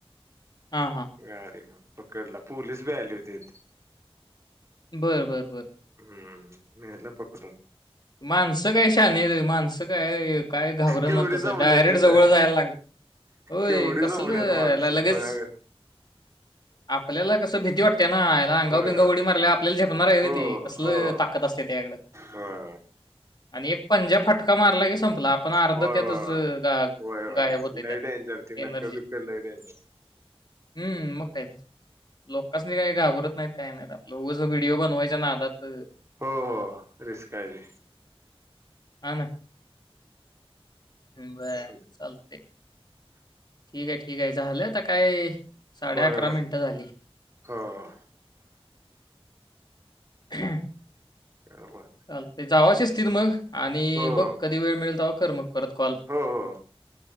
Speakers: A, on the left (about 45°); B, on the right (about 30°).
A: हा हां
B: गाडी पकडला पोलीस बी आली होती
A: बरं बरं बरं
B: हम्म नील पकडून
A: माणसं काय शान आहेत व्हय माणसं काय काय घाबर
B: केवढी
A: न तसं
B: जमल्यात
A: डायरेक्ट
B: तिथं
A: जवळ जायला लागल होय,
B: केवढी
A: कसल
B: जमल्यात
A: याला
B: माणसं
A: लगेच
B: खुळ्यागत
A: आपल्याला कस भीती वाट त्या ना याला अंगाव
B: होय
A: बिंगाव उडी मारयला आपल्याला झेपणार हवीती
B: हो
A: कसल
B: हो
A: ताकत असते त्याकडे
B: होय होय
A: आणि एक पंजा फटका मारला की संपला आपलं पण, अर्ध
B: होय
A: त्यातचा
B: होय होय होय.
A: गायब होत त्यातलं
B: लय डेंजर ती नक्क
A: एनर्जी
B: बिक्क लय डेंजर
A: हम्म मग काय लोकांच काय नाही काही घाबरत नाहीत काय नाहीत आपलं उगाच व्हिडिओ बनवायचं नादात
B: हो हो रिस्क आहे
A: हा ना बर
B: चालतंय.
A: चालते ठीक आहे, ठीक आहे, झालं आता काय साडे
B: होय
A: अकरा
B: होय
A: मिनिटं झाली
B: हो
A: हह
B: बरोबर
A: चालते जावा शिस्तीत मग आणि
B: हो
A: बघ
B: हो
A: कधी वेळ मिळेल तेवा कर मग करते कॉल
B: हो